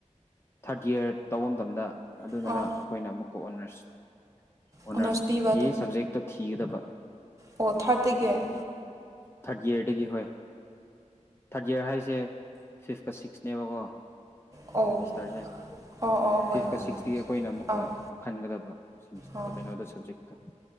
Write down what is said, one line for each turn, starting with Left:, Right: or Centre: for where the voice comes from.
Left: ꯊꯥꯔꯠ ꯏꯌꯥꯔ ꯇꯧꯕ ꯃꯇꯝꯗ ꯑꯗꯨꯗꯨꯅ
Right: ꯑꯣ
Left: ꯑꯩꯈꯣꯏꯅ ꯑꯃꯨꯛꯀ ꯑꯣꯟꯅꯔꯁꯤ ꯑꯣꯅꯔꯁꯀꯤ
Right: ꯑꯣꯅꯔꯁ ꯄꯤꯕ ꯑꯗꯨ
Left: ꯁꯕꯖꯦꯛꯇꯣ ꯊꯤꯒꯗꯕ
Right: ꯑꯣ ꯊꯥꯔꯠꯇꯒꯤ ꯑꯣ
Left: ꯊꯥꯔꯠ ꯌꯔꯗꯒꯤ ꯍꯣꯏ ꯊꯥꯔꯠ ꯏꯌꯥꯔ ꯍꯥꯏꯁꯦ ꯐꯤꯐꯀ ꯁꯤꯛꯁꯅꯦꯕꯀꯣ
Right: ꯑꯧ
Left: ꯁꯦꯃꯤꯁꯇꯔꯁꯦ
Right: ꯑꯣ ꯑꯣ ꯍꯣꯏ
Left: ꯐꯤꯐꯀ
Right: ꯍꯣꯏ
Left: ꯁꯤꯛꯁꯇꯒꯤ
Right: ꯍꯣꯏ
Left: ꯑꯩꯈꯣꯏꯅ ꯑꯃꯨꯛꯀ
Right: ꯑꯥ
Left: ꯈꯟꯒꯗꯕ
Right: ꯑꯥ
Left: ꯀꯩꯅꯣꯗ ꯁꯕꯖꯦꯛꯇ <inaudible>